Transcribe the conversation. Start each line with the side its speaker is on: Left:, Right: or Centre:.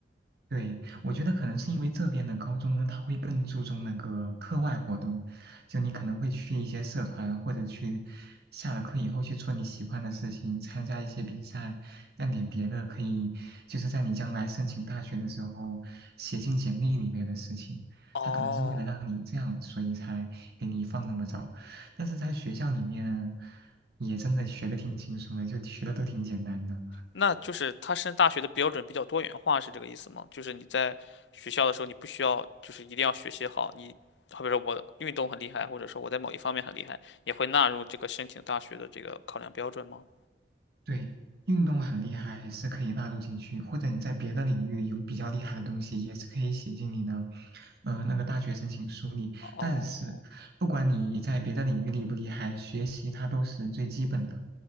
Right: 对，我觉得可能是因为这边的高中呢，他会更注重那个课外活动，就你可能会去一些社团，或者去下了课以后去做你喜欢的事情，参加一些比赛，干点别的，可以就是在你将来申请大学的时候写进简历里面的事情。
Left: 哦，
Right: 他可能是为了让你这样，所以才给你放那么早。但是在学校里面，也真的学的挺轻松的，就学的都挺简单的。
Left: 那就是他升大学的标准比较多元化，是这个意思吗？就是你在学校的时候，你不需要就是一定要学习好，你好比说我运动很厉害，或者说我在某一方面很厉害，也会纳入这个申请大学的这个考量标准吗？
Right: 对，运动很厉害是可以纳入进去，或者你在别的领域有比较厉害的东西，也是可以写进你的，呃，那个大学申请书里。
Left: 哦
Right: 但是，不管你在别的领域厉不厉害，学习它都是最基本的，